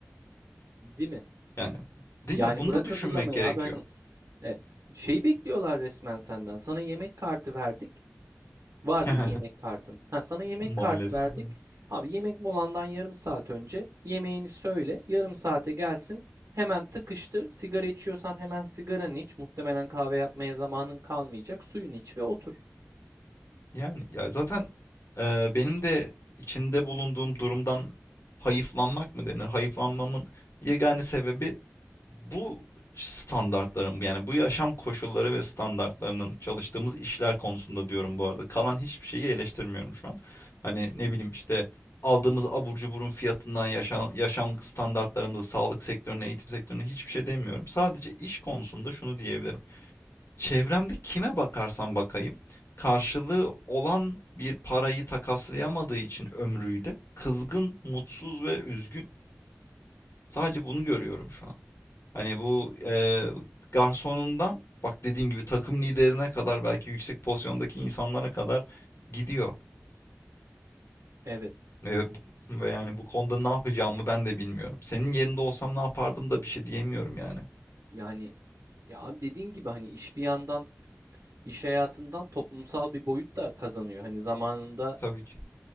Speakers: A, on the right; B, on the left.
A: Değil mi?
B: Yani değil
A: Yani
B: ya bunu
A: bırak
B: da düşünmek
A: hazırlamayı
B: gerekiyor.
A: abi hani e, şey bekliyorlar resmen senden. Sana yemek kartı verdik. Var
B: <laughs>
A: değil mi yemek kartın? Ha, sana yemek
B: Maalesef.
A: kartı verdik.
B: evet.
A: Abi yemek molandan yarım saat önce yemeğini söyle. Yarım saate gelsin. Hemen tıkıştır. Sigara içiyorsan hemen sigaranı iç. Muhtemelen kahve yapmaya zamanın kalmayacak. Suyunu iç ve otur.
B: Yani ya zaten eee, benim de içinde bulunduğum durumdan hayıflanmak mı denir? Hayıflanmamın yegane sebebi bu standartların yani bu yaşam koşulları ve standartlarının çalıştığımız işler konusunda diyorum bu arada. Kalan hiçbir şeyi eleştirmiyorum şu an. Hani ne bileyim işte aldığımız abur cuburun fiyatından yaşam, yaşam standartlarımıza, sağlık sektörüne, eğitim sektörüne hiçbir şey demiyorum. Sadece iş konusunda şunu diyebilirim. Çevremde kime bakarsam bakayım, karşılığı olan bir parayı takaslayamadığı için ömrüyle kızgın, mutsuz ve üzgün. Sadece bunu görüyorum şu an. Hani bu eee, garsonundan bak dediğin gibi takım liderine kadar belki yüksek pozisyondaki insanlara kadar gidiyor.
A: Evet.
B: Ve, bu- ve yani bu konuda ne yapacağımı ben de bilmiyorum. Senin yerinde olsam ne yapardım da bir şey diyemiyorum yani.
A: Yani ya abi dediğin gibi hani iş bir yandan iş hayatından toplumsal bir boyut da kazanıyor. Hani zamanında
B: Tabii ki.